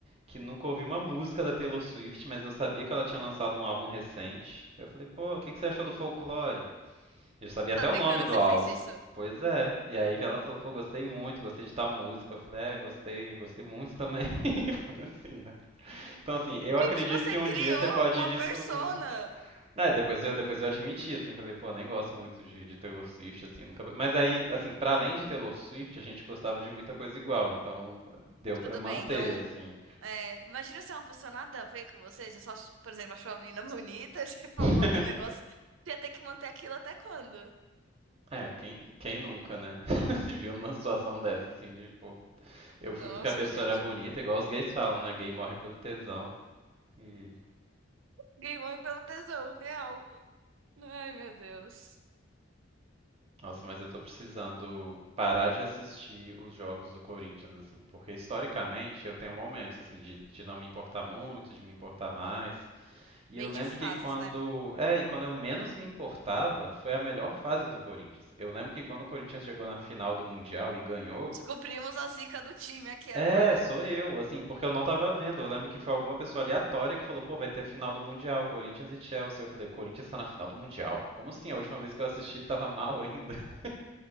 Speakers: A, on the right; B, on the right.
A: que nunca ouvi uma música da Taylor Swift, mas eu sabia que ela tinha lançado um álbum recente. Eu falei, pô, o que que você achou do Folklore? Eu sabia
B: Tá
A: até
B: brincando
A: o nome do
B: que você
A: álbum.
B: fez isso?
A: Pois é. E aí ela falou, pô, gostei muito, gostei de tal música. Eu falei, é, gostei, gostei muito também. <laughs> Foi assim, né? Então, assim, eu
B: Gente,
A: acredito
B: você
A: que um
B: criou
A: dia você pode
B: uma
A: descobrir.
B: persona!
A: É, depois eu, depois eu admiti, assim, falei, pô, nem gosto muito de, de Taylor Swift, assim, nunca... Mas aí, assim, pra além de Taylor Swift, a gente gostava de muita coisa igual, então deu pra
B: Tudo
A: manter,
B: bem, então.
A: assim.
B: é, imagina se é uma pessoa nada a ver com você. Você só, por exemplo, achou a menina bonita, <laughs> você falou
A: <laughs>
B: ali um negócio. Você ia ter que manter aquilo até quando?
A: É, quem, quem nunca, né? <laughs> Se viu numa situação dessa, assim, de, pô, eu
B: Nossa,
A: fui porque a pessoa
B: gente.
A: era bonita, igual os gays falam, né? Gay morre pelo tesão. E,
B: Gay morre pelo tesão, real. Ai, meu Deus.
A: nossa, mas eu tô precisando parar de assistir os jogos do Corinthians, assim, porque historicamente eu tenho momentos, assim, de, de não me importar muito, de me importar mais. E
B: Bem
A: eu lembro
B: de fases,
A: que quando.
B: né?
A: É, e quando eu menos me importava, foi a melhor fase do Corinthians. Eu lembro que quando o Corinthians chegou na final do Mundial e ganhou.
B: Descobrimos a zica do time aqui
A: É,
B: agora.
A: sou eu, assim, porque eu não tava vendo. Eu lembro que foi alguma pessoa aleatória que falou, pô, vai ter final do Mundial, Corinthians e Chelsea. Eu falei, o Corinthians tá na final do Mundial? Como assim? A última vez que eu assisti ele tava mal ainda. <laughs>